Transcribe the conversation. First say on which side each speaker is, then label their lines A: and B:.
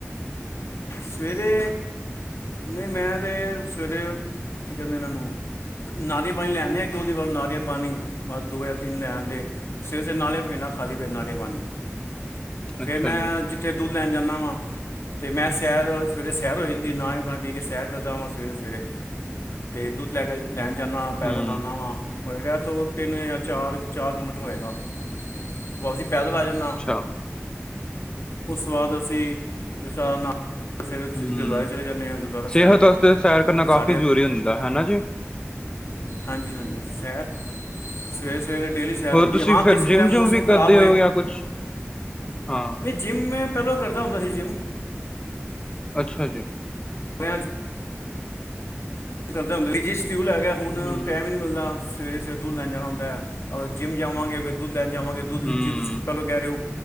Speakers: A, on the left (about 70°); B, on the left (about 20°).
A: ਸਵੇਰੇ ਨਈਂ ਮੈਂ ਤੇ ਸਵੇਰੇ ਕੀ ਕੈਂਦੇ ਨੇ ਏਨੂ? ਨਾਰੀਲ ਪਾਣੀ ਲੈਆਂਨੇ ਆਂ ਇਕ ਅੱਧੀ ਵਾਰੀ ਨਾਰੀਲ ਪਾਣੀ, ਬਸ ਦੋ ਯਾ ਤਿੰਨ ਲੇਆਂਦੇ। ਸੇਰ ਸਿਰ ਨਾਲੇ ਪਿਨਾ ਖਾਲੀ ਪੇਟ ਨਾਰੀਅਲ ਪਾਣੀ
B: ਅੱਛਾ
A: ਫਿਰ ਮੈਂ,
B: ਜੀ
A: ਜਿੱਥੇ ਦੁੱਧ ਲੈਣ ਜਾਂਦਾ ਵਾ ਤੇ ਮੈਂ ਸੈਰ ਸਵੇਰੇ ਸੈਰ ਹੋ ਜਾਂਦੀ ਨਾ ਹੀ ਮ ਪੀ ਕੇ ਸੈਰ ਕਰਦਾਾਂ ਸਵੇਰੇ, ਸਵੇਰੇ। ਤੇ ਦੁੱਧ ਲੈ ਕੇ ਲੈਣ ਜਾਂਨਾ, ਪੈਦਲ
B: ਹੂੰ
A: ਆਨਾ ਵਾ ਹੋਏਗਾ ਏਥੋਂ ਤਿੰਨ ਜਾਂ ਚਾਰ, ਚਾਰ ਕਿਲੋਮੀਟਰ ਹੋਏਗਾ। ਵਾ <unintelligible> ਅਸੀਂ ਪੈਦਲ ਆ ਜਾਂਦ
B: ਅੱਛਾ।
A: ਉਸ ਤੋਂ ਬਾਅਦ ਅਸੀਂ ਜਿਸ ਤਰ ਨਾ ਫਿਰ
B: ਹੂੰ
A: ਅਸੀਂ ਗੁਰਦੁਆਰੇ ਚਲੇ ਜਾਂਦੇ ਹਾਂ ਗੁਰਦੁਆਰਾ ਸਾਹਿਬ
B: ਸਿਹਤ ਵਾਸਤੇ ਸੈਰ ਕਰਨਾ
A: ਸਾਡੇ
B: ਕਾਫ਼ੀ ਜ਼ਰੂਰੀ ਹੁੰਦਾ ਹਨਾ ਜੀ
A: ਹਾਂਜੀ, ਹਾਂਜੀ ਸੈਰ ਸਵੇਰੇ, ਸਵੇਰੇ ਡੇਲੀ ਸੈਰ
B: ਹੋਰ
A: ਹੁੰਦੀ
B: ਤੁਸੀਂ
A: ਹਾਂ
B: ਫਿਰ
A: ਕਿਸੇ
B: ਜਿੰਮ
A: ਟਾਈਮ
B: ਜੁਮ
A: ਮੌਸਮ
B: ਵੀ ਕਰਦੇ
A: ਖਰਾਬ ਹੋਏ
B: ਹੋ ਜਾਂ ਕੁਛ ਹਾਂ
A: ਨਹੀਂ ਜਿੰਮ ਮੈਂ, ਪਹਿਲਾਂ ਕਰਦਾ ਹੁੰਦਾ ਸੀ ਜਿੰਮ
B: ਅੱਛਾ ਜੀ।
A: ਬਿਆ ਚ <unintelligible> ਕਰਦੇ ਹੁੰਦੇ ਸੀ ਜੀ ਸ਼ਡਿਊਲ ਹੈਗਾ ਹੁਣ
B: ਹੂੰ
A: ਟਾਈਮ ਨੀ ਮਿਲਦਾ। ਸਵੇਰੇ, ਸਵੇਰੇ ਦੁੱਧ ਲੈਣ ਜਾਣਾ ਹੁੰਦਾ ਹੈ ਔਰ ਜਿਮ ਜਾਵਾਂਗੇ ਫਿਰ ਦੁੱਧ ਲੈਣ ਜਾਵਾਂਗੇ ਦੁੱਧ ਵਿੱਚ
B: ਹੂੰ
A: ਤੁਸੀ ਕਹਿ ਲਓ ਕਹਿ ਰਹੇ ਓ